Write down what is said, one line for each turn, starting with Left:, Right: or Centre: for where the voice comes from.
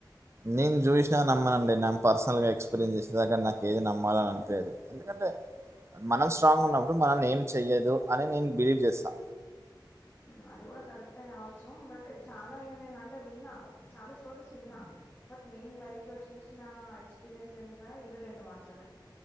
Right: నేను జూష్న నమ్మనండి నేన్ పర్సనల్గా ఎక్స్పీరియన్స్ చేసే దాక నాకు ఏది నమ్మాలననిపియ్యదు ఎందుకంటే మనం స్ట్రాంగున్నప్పుడు మనల్నేం చెయ్యదు అని నేను బిలీవ్ చేస్తా
Left: ఉ అది కూడా కరెక్టే కావచ్చు బట్ చాలా ఇగ నేను అంటే విన్నాను చాలా స్టోరీస్ విన్నా బట్ నేను లైవ్ గా చూసినా ఎక్స్పీరియన్స్ ఏంట ఇవి రెండు మాత్రమే